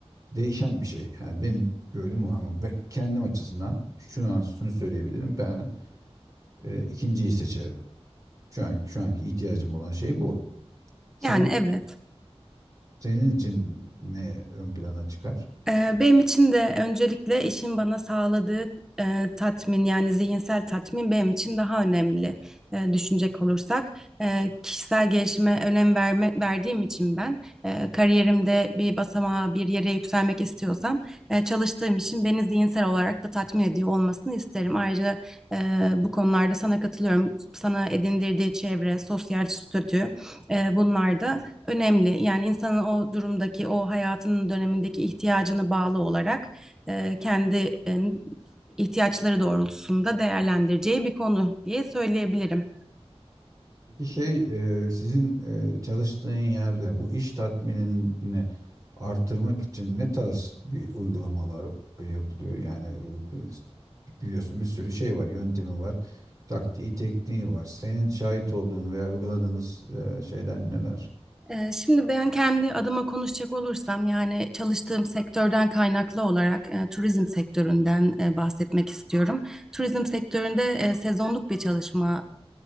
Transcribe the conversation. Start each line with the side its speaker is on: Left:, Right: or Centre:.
Right: değişen bir şey. Yani benim gördüğüm o ama ben kendim açısından şu an şunu söyleyebilirim. Ben e, ikinciyi seçerim. Şu an şu anki ihtiyacım olan şey bu. Sen
Centre: Yani evet.
Right: senin için ne ön plana çıkar?
Centre: Ee, Benim için de öncelikle işin bana sağladığı e, tatmin yani zihinsel tatmin benim için daha önemli e, düşünecek olursak. E, kişisel gelişime önem verme, verdiğim için ben e, kariyerimde bir basamağa bir yere yükselmek istiyorsam e, çalıştığım için beni zihinsel olarak da tatmin ediyor olmasını isterim. Ayrıca e, bu konularda sana katılıyorum. Sana edindirdiği çevre, sosyal statü e, bunlar da Önemli. Yani insanın o durumdaki, o hayatının dönemindeki ihtiyacına bağlı olarak e, kendi e, ihtiyaçları doğrultusunda değerlendireceği bir konu diye söyleyebilirim.
Right: Peki şey e, sizin e, çalıştığın yerde bu iş tatminini artırmak için ne tarz bir uygulamalar e, yapılıyor? Yani bu, e, biliyorsun bir sürü şey var, yöntemi var, taktiği, tekniği var. Senin şahit olduğun veya uyguladığınız e, şeyler neler?
Centre: E, şimdi ben kendi adıma konuşacak olursam, yani çalıştığım sektörden kaynaklı olarak e, turizm sektöründen e, bahsetmek istiyorum. Turizm sektöründe e, sezonluk bir çalışma